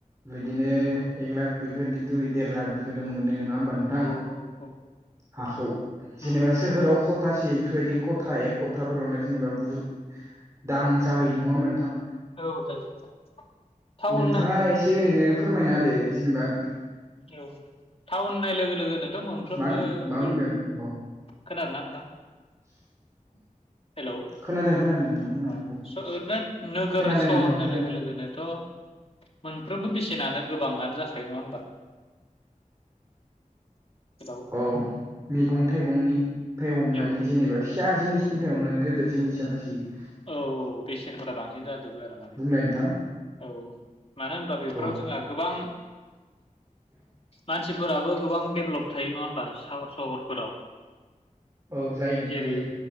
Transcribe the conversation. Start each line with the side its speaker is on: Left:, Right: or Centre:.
Right: बिदिनो एक लाख बेफोरबायदि दुइ देर लाख बेफोरबायदि मोनो नङा होमबा नोंथां।
Left: <unintelligible>
Right: हाखौ जेनेबा
Left: उम
Right: सोहोराव खथासे बेफोरबायदि खथा एक खथाफोरावनो जेनेबा बुहुद दाम जाहैयो नङाम नोंथां।
Left: औ जायो टाउन होननाय
Right: नोंथाङा एसे ओरैनो फोरमायना होदो जेनेबा
Left: औ टाउन होननाय लोगो लोगोनोथ' मोनफ्रोमबो
Right: मा मा बुंगोन औ
Left: खोनादोंना नोंथां।
Right: <unintelligible>
Left: हेलौ
Right: खोनादों खोनादों नोंथां खोनादों
Left: ओरैनो
Right: औ
Left: नोगोर
Right: खोनादों
Left: सहरनि
Right: नोंथां खोनादों
Left: लोगो लोगोनथ' मोनफ्रोमबो बेसेनानो गोबाङानो जाखायो नङा होनोमबा हेलौ
Right: औ मैगं थाइगंनिफ्राय हमनानै
Left: औ
Right: जेनेबा फिसा जिनिस निफ्राय हमनानै गोदिर जिनिसा लासैयो
Left: औ औ बेसेनफोरा बांसिन जाजोबो आरो माने
Right: बुंलाय नोंथां
Left: औ मानो होनबा बेफोराव
Right: औ
Left: जोंहा गोबां मानसिफोराबो गोबां डेभलप थायो नङा हबा सहरफोराव
Right: औ जायो नोंथां
Left: जेरै
Right: जायो